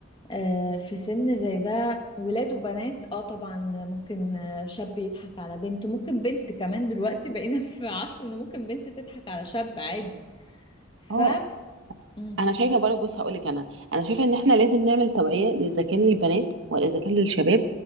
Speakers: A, on the left; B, on the right.
A: آه في سن زي ده ولاد وبنات اه طبعا ممكن آه، شاب يضحك على بنت ممكن بنت كمان دلوقتي بقينا <laughs> في عصر ان ممكن بنت تضحك على شاب عادي ف
B: اه
A: مم،
B: انا شايفه برضه بص هقول لك انا انا شايفه ان احنا لازم نعمل توعيه اذا كان للبنات ولا اذا كان للشباب